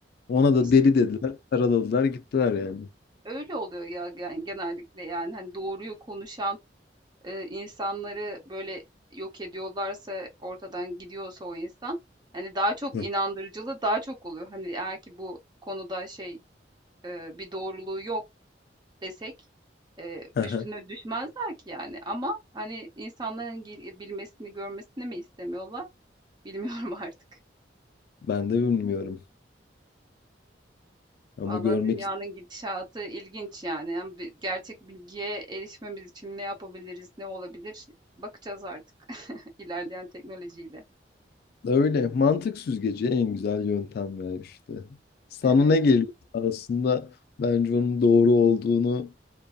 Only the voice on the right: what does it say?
İşte
Öyle oluyor ya gen- genellikle yani hani doğruyu konuşan e, insanları böyle yok ediyorlarsa ortadan gidiyorsa o insan hani daha çok
inandırıcılığı daha çok oluyor. Hani eğer ki bu konuda şey e, bir doğruluğu yok desek e,
üstüne düşmezler ki yani ama hani insanların gel- bilmesini görmesini mi istemiyorlar bilmiyorum <laughs> artık.
Valla
dünyanın
gidişatı ilginç yani. Yani bi- gerçek bilgiye erişmemiz için ne yapabiliriz, ne olabilir? Bakacağız artık <laughs> ilerleyen teknolojiyle.
Evet.